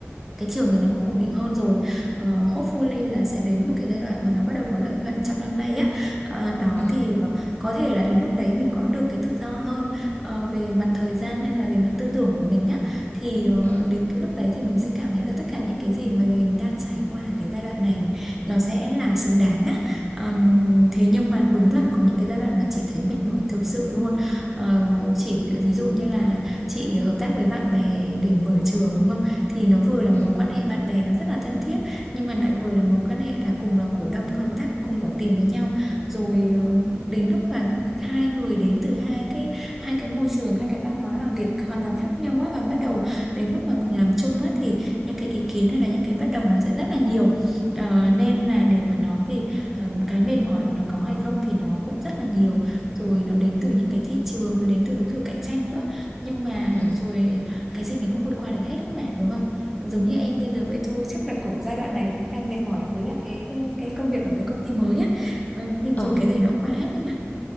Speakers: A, in the centre; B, on the left.
A: cái trường thì nó cũng ổn định hơn rồi Ờ, hopefully là sẽ đến một cái giai đoạn mà nó bắt đầu có lợi nhuận trong năm nay á Ờ, đó
B: Ừ.
A: thì ờ, có thể là đến lúc đấy mình có được cái tự do hơn ờ, về mặt thời gian hay là về mặt tư tưởng của mình á thì ờ,
B: Ừ.
A: đến cái lúc đấy thì mình sẽ cảm thấy là tất cả những cái gì mà mình đang trải qua ở cái giai đoạn này, này nó sẽ là xứng đáng á Ờm, thế nhưng mà đúng là có những cái giai đoạn mà chị thấy mệt mỏi thực sự luôn Ờ, chỉ ví dụ như là chị hợp tác với bạn bè để mở trường đúng không thì nó vừa là mối
B: Ừ.
A: quan hệ bạn bè nó rất là thân thiết nhưng mà lại vừa là mối quan hệ là cùng là cổ đông hợp tác cùng bỏ tiền với nhau rồi ờ, đến lúc mà hai người đến từ hai cái hai cái môi trường hai cái văn hóa làm việc hoàn toàn khác nhau á và bắt đầu đến lúc mà cùng làm chung á thì những cái ý kiến hay là những cái bất đồng nó sẽ rất là nhiều Ờ, nên là để mà nói thì ừm, cái mệt mỏi nó có hay không thì nó cũng rất là nhiều rồi nó đến từ những cái thị trường rồi đến từ đối thủ cạnh tranh nữa nhưng mà
B: Ừ.
A: rồi cái gì mình cũng vượt qua được hết ấy mà đúng không giống như em bây giờ vậy thôi chắc là cũng giai đoạn này cũng đang mệt mỏi với lại cái cái, cái công việc ở cái công ty mới á Ờ, nhưng
B: Ờ.
A: rồi cái gì nó cũng qua hết ấy mà